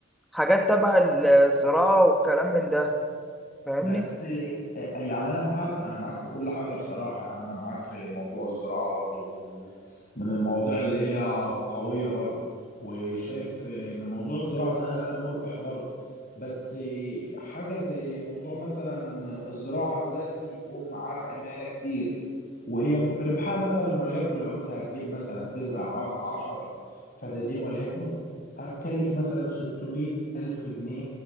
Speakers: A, in the centre; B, on the left.
A: حاجات تبع الزراعه والكلام من ده فاهمني
B: بس آه، آه، يعني انا معاك انا معاك في كل حاجه بصراحه يعني انا معاك في موضوع الزراعه برضو من من المواضيع اللي هي قويه برضو وشايف ان موضوع الزراعه ده مربح برضو بس حاجه زي موضوع مثلا الزراعه لازم يكون معاك عماله كتير وهي ربحها مثلا وليكن لو انت هتجيب مثلا تزرع ع- عشر فدادين وليكن هتكلف مثلا 600 ألف جنيه